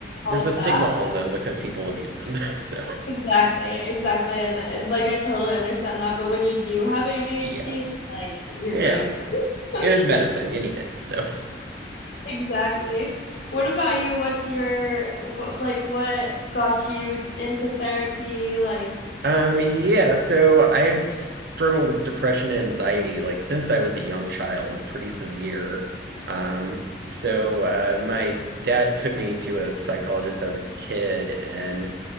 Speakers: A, on the left; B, on the right.
A: all
B: There's
A: of
B: a stigma
A: that.
B: on them because people abuse them. <laughs> So,
A: Exactly, exactly. And uh, like I totally understand that, but when you do have ADHD,
B: yeah.
A: it's like your
B: Yeah.
A: brain doesn't <laughs> function.
B: It is medicine. You need it. So,
A: Exactly. What about you? What's your wh- like what got you t- into therapy? Like
B: um, yeah, so I struggle with depression and anxiety like since I was a young child, pretty severe. Um, so uh, my dad took me to a psychologist as a kid, and